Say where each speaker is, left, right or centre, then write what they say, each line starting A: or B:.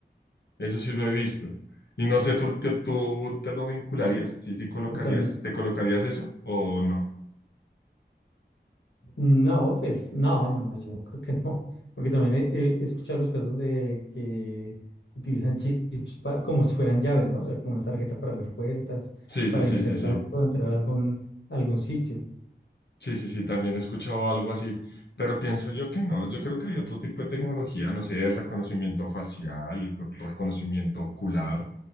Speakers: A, on the left (about 65°); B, on the left (about 80°).
A: Eso sí lo he visto. Y no sé, ¿tú, tú, tú te lo vincularías? ¿Sí, sí colocarías,
B: O también,
A: te colocarías eso o no?
B: no, pues no, no, no, yo creo que no, porque también he, he escuchado los casos de que utilizan chips pa- como si fueran llaves, ¿no? O sea, como una tarjeta para abrir puertas,
A: Sí,
B: para
A: sí, sí,
B: iniciar
A: sí,
B: el
A: sí.
B: auto, entrar a algún, algún sitio.
A: Sí, sí, sí, también he escuchado algo así, pero pienso yo que no, yo creo que hay otro tipo de tecnología, no sé, reconocimiento facial, co- reconocimiento ocular,